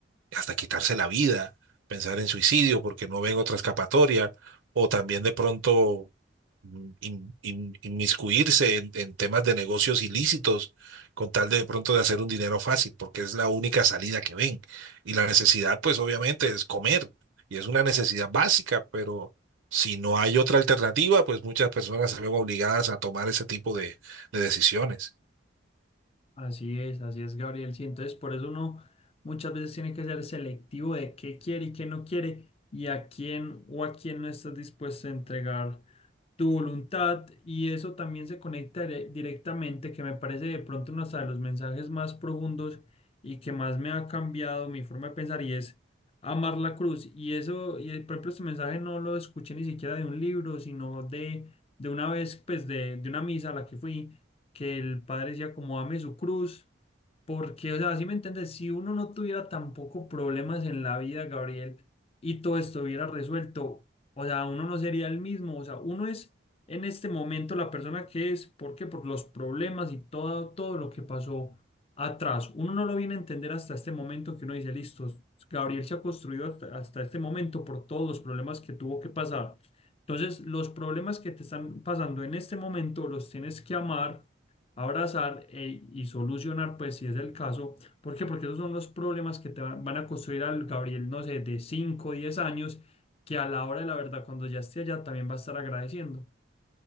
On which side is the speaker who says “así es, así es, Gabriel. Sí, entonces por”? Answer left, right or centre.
Left